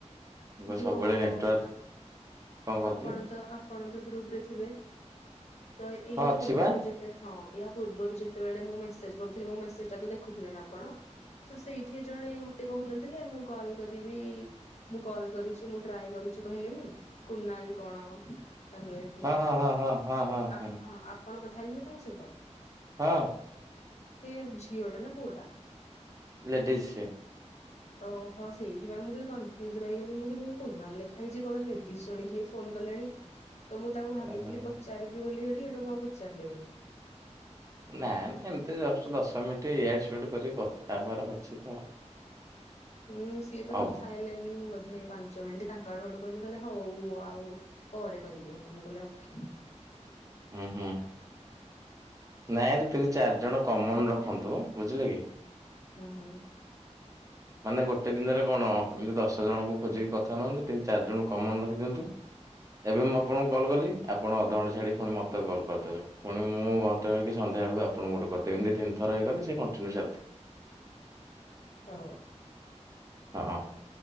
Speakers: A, on the right; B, on the left.
A: ମୁଁ କହିଲି
B: ଯୋଉ
A: ସବୁବେଳେ ନେଟୱାର୍କ କଣ କହୁଥିଲେ?
B: ଆପଣ ତ ଆପଣ ତ ଗ୍ରୁପ ରେ ଥିବେ ତ ଏଇ
A: ହଁ
B: ଆ
A: ଅଛି
B: ପୂର୍ବରୁ
A: ବା
B: ଯେ ତ ହଁ ୟା ପୂର୍ବରୁ ଯେତେବେଳେ ମୁଁ ମେସେଜ କରୁଥିଲି ମୋ ମେସେଜ ଟା ତ ଦେଖୁଥିବେ ନା ଆପଣ? ତ ସେଇଠେ ଜଣେ ମତେ କହୁନଥିଲେ ମୁଁ କଲ କରିବି କଲ କରୁଚି ମୁ ଟ୍ରାଏ କରଚି କହିଲେନି କୁନାଲ କଣ ତାଙ୍କ ଇଏ ଥିଲା
A: ହଁ ହଁ ହଁ ହଁ ହଁ ହଁ
B: ଆ
A: ହଁ।
B: ଆ ଆପଣ କଥା ହେଇଥିଲେ ତାଙ୍କ ସହିତ?
A: ହଁ।
B: ସିଏ ଝିଅ ଟା ନା ପୁଅ ଟା?
A: ଲେଡିଜ ସେ।
B: ଓ ହୋ ସେଇଥିପାଇଁ ମୁଁ ଟିକେ କନଫ୍ୟୁଜ ରହିଗଲି ମୁଁ କହିଲି ଏ କୁନାଲ ଲେ ଖାଇଚି କଣ ଲେଡିଜ ଜଣେ କିଏ ଫୋନ କଲେଣି ତ ମୁଁ ତାଙ୍କୁ ଭାବୁଥିଲି
A: ଓହୋ।
B: ପଚାରିବି ବୋଲି ସେଠି ସେଠୁ ମୁଁ ଆଉ ପଚାରିଲେନି।
A: ନା ନା ଏମତି ଜଷ୍ଟ ଦଶ ମିନିଟ୍ ଇଆଡୁ ସିଆଡୁ କରିକି କଥା ହେବାର ଅଛି ତ।
B: ହୁଁ, ସିଏ ତ
A: ହବ
B: କଥା ହେଲେନି ବୋଧେ। ପାଞ୍ଚ ମିନିଟ୍ ତାଙ୍କ ଆଡୁ ସେଉଠୁ କହିଲେ କହିଲେ ହଉ ଆଉ ପରେ କରିବି। ଆଉ ମୁଁ କହିଲି ଓକେ।
A: ଉଁ, ହୁଁ ନାଇଁ ଏଠି ତିନି ଚାର ଜଣ କମନ୍ ରଖନ୍ତୁ ବୁଝିଲେ କି।
B: ହଁ, ହଁ।
A: ମାନେ ଗୋଟେ ଦିନରେ କଣ ଏମିତି ଦଶ ଜଣଙ୍କୁ ଖୋଜିକି କଥା ନିଅନ୍ତୁ। ତିନି ଚାରିଜଣଙ୍କୁ କମନ୍ ରଖିଦିଅନ୍ତୁ। ଏବେ ମୁଁ ଆପଣଙ୍କୁ କଲ୍ କଲି ଆପଣ ଅଧଘଣ୍ଟ ଛାଡ଼ିକି ପୁଣି ମୋତେ କଲ୍ କରିଦେବେ। ପୁଣି ମୁଁ ଘଣ୍ଟେ କି ସନ୍ଧ୍ୟାବେଳକୁ ଆପଣଙ୍କୁ ଗୋଟେ କରିଦେବି। ଏମତି ତିନ ଥର ହେଇଗଲେ ସେ କଣ୍ଟିନ୍ୟୁ ଚାଲିଥିବ।
B: ଓ।
A: ହଁ।